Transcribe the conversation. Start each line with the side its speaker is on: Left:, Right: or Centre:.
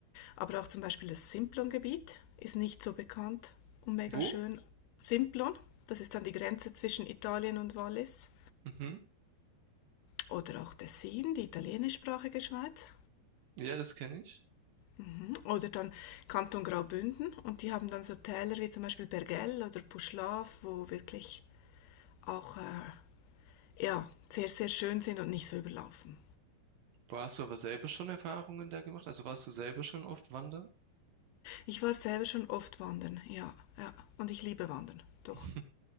Left: Aber auch zum Beispiel das Simplon-Gebiet ist nicht so bekannt und mega
Right: Wo?
Left: schön. Simplon, das ist dann die Grenze zwischen Italien und Wallis.
Right: Mhm.
Left: Oder auch Tessin, die italienischsprachige Schweiz.
Right: Ja, das kenne ich.
Left: Mhm. Oder dann Kanton Graubünden und die haben dann so Täler wie zum Beispiel Bergell oder Puschlav, wo wirklich auch äh, ja, sehr, sehr schön sind und nicht so überlaufen.
Right: Wo hast du aber selber schon Erfahrungen da gemacht? Also warst du selber schon oft wandern?
Left: Ich war selber schon oft wandern, ja, ja. Und ich liebe Wandern, doch.
Right: <laughs>